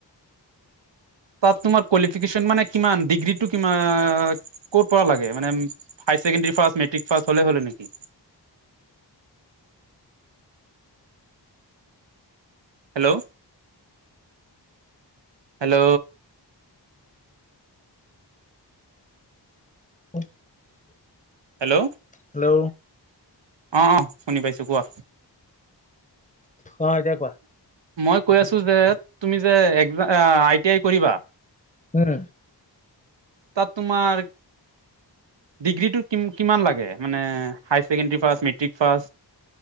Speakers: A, on the right; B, on the left.
A: তাত তোমাৰ কোৱালিফিকেশ্যন মানে কিমান ডিগ্ৰীটো কি ক' পৰা লাগে মানে হাইাৰেকেণ্ডাৰী পাছ মেট্ৰিক পাছ হলেই হল নেকি? হেল্ল'। হেল্ল'।
B: <unintelligible>
A: হেল্ল'।
B: হেল্ল।
A: অঁ অঁ শুনি পাইছো কোৱা।
B: অ এতিয়া কোৱা।
A: মই কৈ আছো যে তুমি যে একজাম- আই টি আই কৰিবা,
B: উম।
A: তাত তোমাৰ- ডিগ্ৰীটো কি কিমান লাগে মানে high secondary pass matric pass